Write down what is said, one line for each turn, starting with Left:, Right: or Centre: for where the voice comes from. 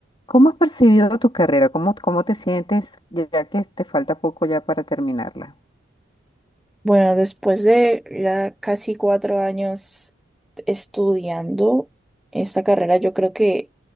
Left: ¿Cómo has percibido tu carrera? ¿Cómo, cómo te sientes ya que te falta poco ya para terminarla?
Centre: Bueno, después de ya casi cuatro años estudiando esta carrera, yo creo que,